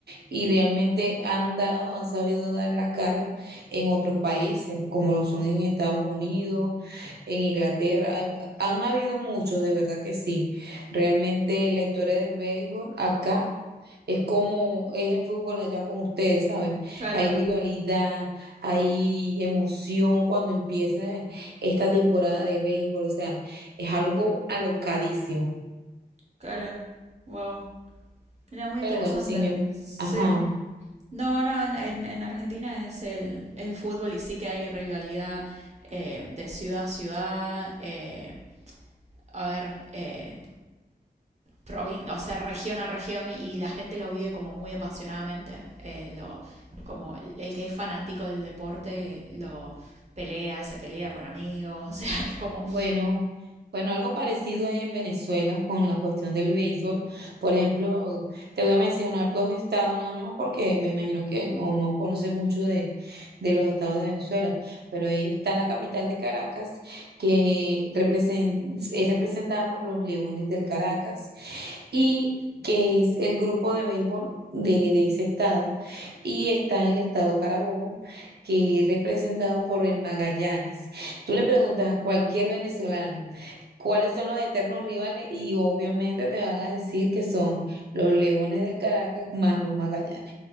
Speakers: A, on the right; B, on the right.
A: y realmente han dado, han sabido dar la cara en otros países, como lo son en Estados Unidos, en Inglaterra. Hay- Han habido muchos, de verdad que sí. Realmente la historia del béisbol acá es como es el fútbol allá con ustedes, ¿sabes?
B: Claro,
A: Hay rivalidad, hay emoción cuando empieza esta temporada de béisbol, o sea, es algo alocadísimo.
B: claro, wow, era muy
A: Pero
B: interesante,
A: bueno, sin em-
B: sí.
A: ajá.
B: No, no, en, en- en Argentina es el, el fútbol y sí que hay rivalidad eh, de ciudad a ciudad, eh, a ver, eh, provin- o sea, región a región y, la gente lo vive como muy apasionadamente. eh, lo, como el que es fanático del deporte lo pelea, se pelea con amigos, <laughs> o sea, es como...
A: Bueno, bueno, algo parecido hay en Venezuela con la cuestión del béisbol. Por ejemplo, te voy a mencionar dos estados nada más porque me imagino que no, no conoces mucho de, de los estados de Venezuela, pero ahí está la capital de Caracas que represen- es representada por los Leones del Caracas y que es el grupo de béisbol de, de ese estado. Y está el estado Carabobo que es representado por el Magallanes. Tú le preguntas a cualquier venezolano cuáles son los eternos rivales y obviamente te van a decir que son los Leones del Caracas más los Magallanes.